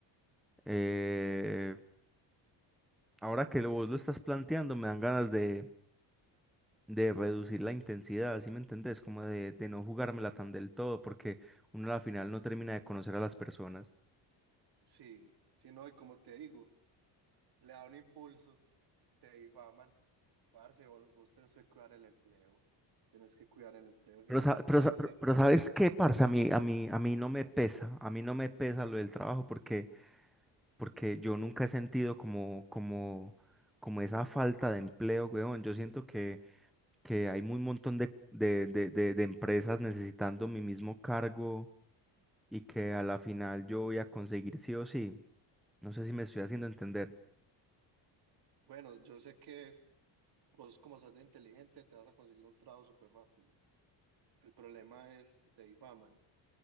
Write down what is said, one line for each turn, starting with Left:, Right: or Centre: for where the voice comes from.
Centre: Eh, Ahora que lo- vos lo estás planteando, me dan ganas de, de reducir la intensidad, ¿sí me entendés? Como de, de no jugármela tan del todo, porque uno a la final no termina de conocer a las personas.
Right: Sí, sí, no, y como te digo, le da un impulso, te difaman, parce, vos, vos tenés que cuidar el empleo, tienes que cuidar el empleo definitivamente.
Centre: Pero, sa- pero, sa- pero- pero ¿sabes qué, parce? A mí, a mí, a mí no me pesa, a mí no me pesa lo del trabajo porque, porque yo nunca he sentido como, como, como esa falta de empleo, weón. Yo siento que, que hay un montón de, de, de, de de empresas necesitando mi mismo cargo y que a la final yo voy a conseguir sí o sí. No sé si me estoy haciendo entender.
Right: Bueno, yo sé que vos como sos de inteligente te vas a conseguir un trabajo súper rápido. El problema es si te difaman,